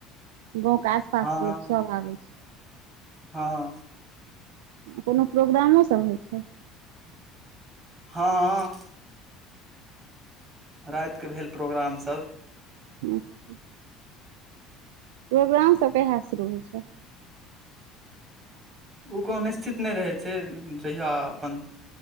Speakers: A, on the right (about 75°); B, on the right (about 25°).
A: गाँवके आस पास
B: हँ
A: के लोक सब आबै छै
B: हँ
A: कोनो प्रोग्रामो सब होइ छै
B: हँ रातिके भेल प्रोग्राम सब
A: अच्छा प्रोग्राम सभ कहिया सऽ शुरू होइ छै
B: ओ कोनो निश्चित नहि रहै छै जहिया अपन